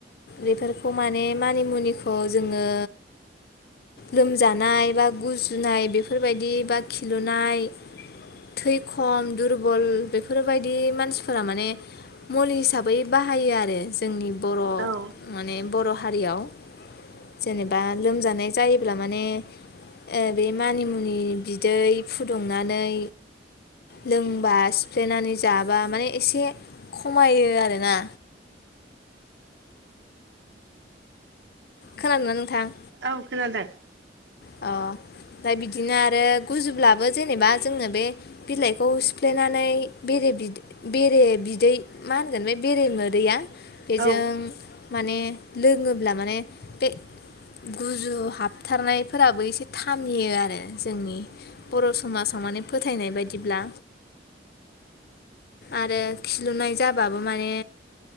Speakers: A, on the left (about 55°); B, on the right (about 70°).
A: बेफोरखौ माने मानिमुनिखौ जोङो लोमजानाय बा गुजुनाय बेफोरबायदि बा खिलुनाय थै खम दुरबल बेफोरबायदि मानसिफोरा माने मुलि हिसाबै बाहायो आरो जोंनि बर'
B: औ
A: माने बर' हारियाव जेनेबा लोमजानाय जायोब्ला माने ओ बे मानिमुनि बिदै फुदुंनानै लोंबा सिफ्लेनानै जाबा माने एसे खमायो आरोना खोनादोंना नोंथां?
B: औ खोनादों
A: अ ओमफ्राय बिदिनो आरो गुजुब्लाबो जेनेबा जोङो बे बिलाइखौ सिफ्लेनानै बेरे बि बेरे बिदै मा होनगोन बे बेरे मोदैया बेजों
B: औ
A: माने लोङोब्ला माने बे गुजु हाबथारनाय फोराबो एसे थामियो आरो जोंनि बर' समाजाव माने फोथायनाय बायदिब्ला आरो खिलुनाय जाबाबो माने